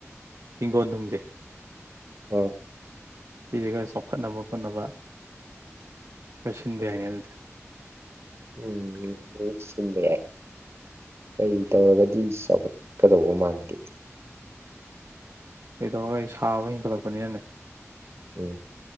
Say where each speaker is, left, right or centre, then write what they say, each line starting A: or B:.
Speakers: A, on the right; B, on the right.
A: ꯍꯤꯡꯒꯣꯜꯅꯨꯡꯁꯦ
B: ꯑ
A: ꯁꯤꯁꯦ ꯈꯔ ꯆꯥꯎꯈꯠꯅꯕ ꯈꯣꯠꯅꯕ ꯈꯔ ꯁꯤꯟꯕ ꯌꯥꯏꯅꯦ ꯑꯗꯨꯗꯤ
B: ꯎꯝ ꯁꯤꯟꯕ ꯌꯥꯏ ꯀꯔꯤ ꯇꯧꯔꯒꯗꯤ ꯆꯥꯎꯈꯠ ꯀꯩꯗꯧꯕ ꯃꯥꯟꯗꯦ
A: ꯀꯩꯗꯧ <unintelligible> ꯁꯥꯕ ꯍꯦꯟꯒꯠꯂꯛꯄꯅꯤꯅꯅꯦ
B: ꯎꯝ